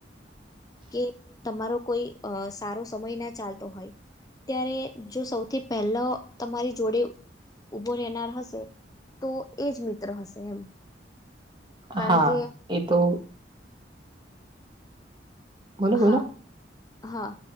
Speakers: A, on the left; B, on the right.
A: કે તમારો કોઈ સારો સમય ના ચાલતો હોય. ત્યારે જો સૌથી પહેલા તમારી જોડે. ઉભો રહેનાર હશે તો એજ મિત્ર હશે એમ. કારણ
B: હા
A: કે
B: એ તો બોલો
A: હા
B: બોલો
A: હા